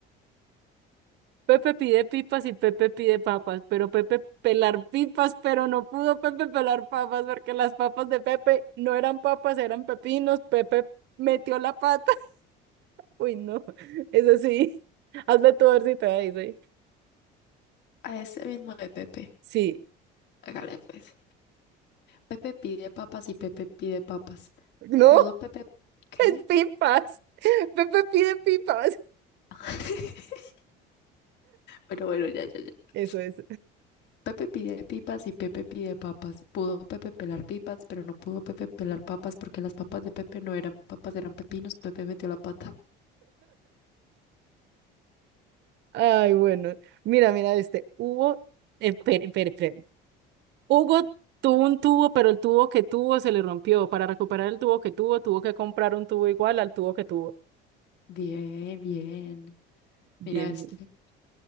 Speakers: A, on the right (about 60°); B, on the left (about 60°).
A: Pepe pide pipas y Pepe pide papas, pero Pepe pelar pipas, pero no pudo Pepe pelar papas porque las papas de Pepe no eran papas, eran pepinos. Pepe metió la pata. <laughs> Uy, no, eso sí. Hazme tu versito ahí, sí.
B: A ese mismo de Pepe.
A: Sí,
B: Hágale pues. Pepe pide papas y Pepe pide papas.
A: no,
B: ¿Pudo Pepe... ¿Qué?
A: es pipas. <laughs> Pepe pide pipas.
B: <laughs> Bueno, bueno, ya, ya, ya.
A: Eso es.
B: Pepe pide pipas y Pepe pide papas. Pudo Pepe pelar pipas, pero no pudo Pepe pelar papas porque las papas de Pepe no eran papas, eran pepinos. Pepe metió la pata.
A: Ay, bueno. Mira, mira, este, hubo, espere, espere, espere. Hugo tuvo un tubo, pero el tubo que tuvo se le rompió. Para recuperar el tubo que tuvo, tuvo que comprar un tubo igual al tubo que tuvo.
B: Bien, bien.
A: Bien,
B: Mira este.
A: bien.